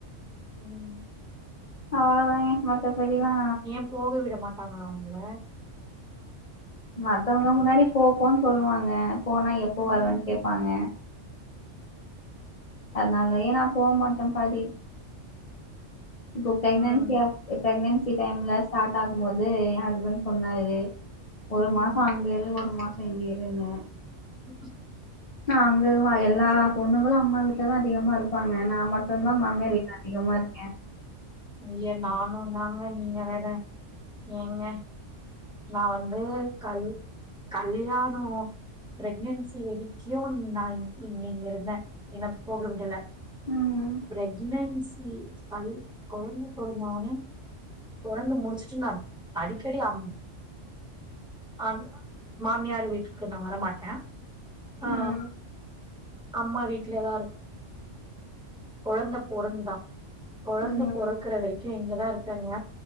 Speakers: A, in the centre; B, on the left.
A: ம்
B: அவ்ளதாங்க மத்தபடிலா
A: ம் ஏ போக விட மாட்டாங்ளா உங்ள
B: மத்தவங்க முன்னாடி போபோன் சொல்லுவாங்க போனா எப்போ
A: ம்
B: வரன் கேபாங்க அதனால ஏனா நா போ மாட்ட பாதி இப்போ பிரெகனன்சியா
A: ம்
B: பிரெகனன்சி டைம்ல ஸ்டாட் ஆகும்போது ஏ ஹஸ்பண்ட் சொன்னாரு ஒரு
A: ம்
B: மாச அங்க இரு ஒரு மாச இங்க இருனு
A: ம்
B: நா அங்கு எல்லா பொண்ணுகளு அம்மா வீட்லதா அதிகமா இருப்பாங்க நா மட் ட்டுதா மாமியார்
A: ம்.
B: வீட்ல அதிகமா இருக்க
A: ஐய நானு தாங்க நீங்க வேற ஏங்க நா வந்து கல் கல்யானோ பிரெக்னன்சி வரிக்கு நா இங்க இங்க இருந்த என்ன போக விடல
B: ம்
A: பிரெக்னன்சி கல் கொழந்த பொறந்த ஒனே புறந்து முடிச்சுட்டு நா அடிக்கடி அம் அ மாமியார் வீட்டுக்கு நா வரமாட்ட ஆ
B: ம்
A: அம்மா வீட்லயேதா இரு கொழந்த பொறந்துதா கொழந்த
B: ம்
A: பொறக்குற வரைக்கு இங்கதா இருக்றேங்க